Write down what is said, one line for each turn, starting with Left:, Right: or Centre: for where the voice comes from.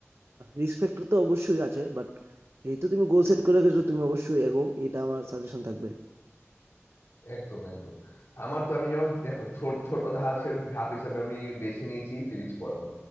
Right: রিস্ক ফ্যাক্টর তো অবশ্যই আছে বাট যেহেতু তুমি গোল সেট করে গেছো তুমি অবশ্যই এগো এটা আমার সাজেশন থাকবে
Left: একদম একদম আমার তো আমি যেমন দেখো ছোট ছোট ধাপের ধাপ হিসাবে আমি বেছে নিয়েছি ফিজিক্স পড়ানো